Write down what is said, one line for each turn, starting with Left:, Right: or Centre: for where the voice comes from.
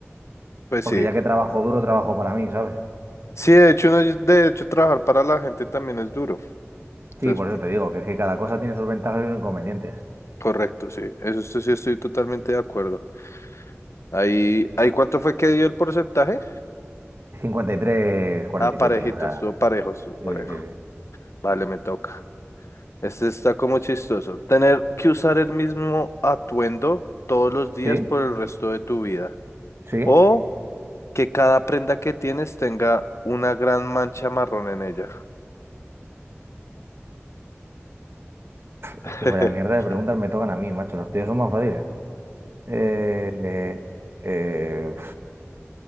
Left: Pues
Right: Porque
Left: sí.
Right: ya que trabajo duro, trabajo para mí, ¿sabes?
Left: Sí, de hecho, no, de hecho, trabajar para la gente también es duro. Entonces,
Right: Sí, por eso te digo, que es que cada cosa tiene sus ventajas y sus inconvenientes.
Left: correcto, sí. Eso sí sí estoy totalmente de acuerdo. Ahí, ¿ahí cuánto fue que dio el porcentaje?
Right: 53-47,
Left: Ah, parejito,
Right: o sea.
Left: estuvo parejo, estuvo parejo.
Right: Sí, sí,
Left: Vale, me toca. Este está como chistoso. Tener que usar el mismo atuendo todos los días
Right: sí.
Left: por
Right: Sí,
Left: el resto de tu vida.
Right: sí,
Left: O que cada prenda que tienes tenga una gran mancha marrón en ella. <laughs>
Right: es que vaya mierda de preguntas me tocan a mí, macho. Los tíos son más fáciles. Eh, eh, eh,